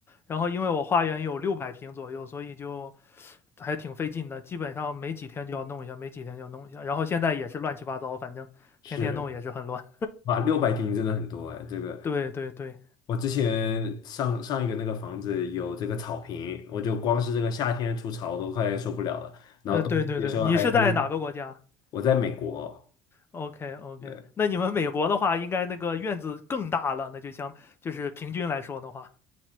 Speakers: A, on the left; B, on the left.
A: 然后因为我花园有六百平左右，所以就还挺费劲的，基本上没几天就要弄一下，没几天就要弄一下。然后现在也是乱七八糟，反正天天弄也是很乱。
B: 是。哇，六百平真的很多哎，这个
A: <laughs> 对对对，
B: 我之前上上一个那个房子有这个草坪，我就光是这个夏天除草我都快受不了了，然后冬天的时候还很冷。
A: 呃，对对对，你是在哪个国家？
B: 我在美国，
A: OK OK，
B: 对，
A: 那你们美国的话，应该那个院子更大了，那就相就是平均来说的话，